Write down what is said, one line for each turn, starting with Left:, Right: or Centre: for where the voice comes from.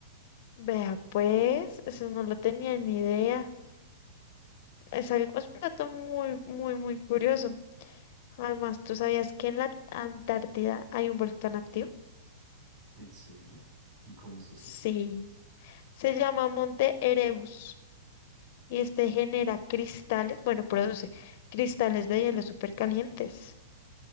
Left: Vea, pues, eso no lo tenía ni idea. Es algo, es un dato muy, muy, muy curioso. Además, ¿tú sabías que en la Antártida hay un volcán activo?
Right: ¿en serio? ¿Y cómo es eso?
Left: Sí. Se llama Monte Erebus y este genera cristales, bueno, produce cristales de hielo supercalientes